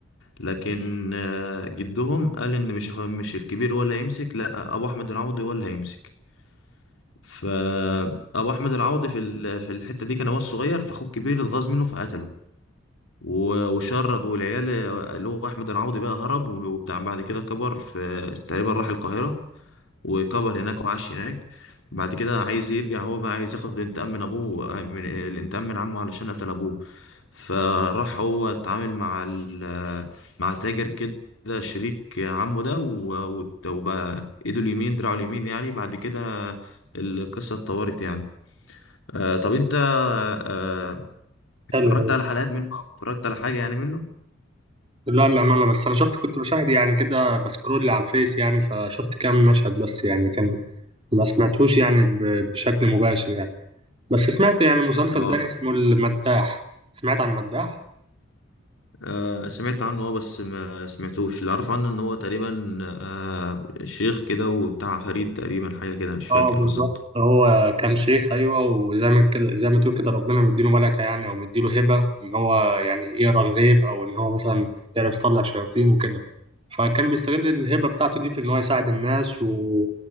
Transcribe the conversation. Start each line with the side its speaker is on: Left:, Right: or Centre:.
Left: لكن آه، جدهم قال إن مش مش الكبير هو اللي هيمسك لأ أبو أحمد العوضي هو اللي هيمسك فأبو أحمد العوضي في ال- في الحتة دي كان هو الصغير فأخوه الكبير اتغاظ منه فقتله و- وشرد والعيال اللي هو احمد العوضي بقى هرب وبتاع بعد كده كبر في تقريبا راح القاهره وكبر هناك وعاش هناك بعد كده عايز يرجع هو بقى عايز ياخد انتقام من ابوه آه، من الانتقام من عمه علشان قتل ابوه فراح هو اتعامل مع ال- مع تاجر كده شريك عمه ده و- وت- وبقى ايده اليمين دراعه اليمين يعني بعد كده القصة اتطورت يعني آه طب انت آه اتفرجت
Right: حلو قوي
Left: على حلقات منه او اتفرجت على حاجة يعني منه
Right: لا للامانه بس انا شفت كنت بشاهد يعني كده بسكرول على الفيس يعني فشفت كام مشهد بس يعني كان ما سمعتوش يعني ب- بشكل مباشر يعني بس سمعت يعني مسلسل
Left: اه
Right: تاني اسمه المداح سمعت عن المداح
Left: آه، سمعت عنه اه بس ما سمعتوش اللي اعرف عنه ان هو تقريبا آه شيخ كده وبتاع فريد تقريبا حاجة كده مش فاكر
Right: اه بالظبط
Left: بالظبط
Right: هو كان شيخ ايوه وزي ما كده زي ما تقول كده ربنا مديله ملكه يعني او مديله هبه ان هو يعني يقرا الغيب او ان هو مثلا يعرف يطلع شياطين وكده فكان بيستغل الهبه بتاعته دي في ان هو يساعد الناس و...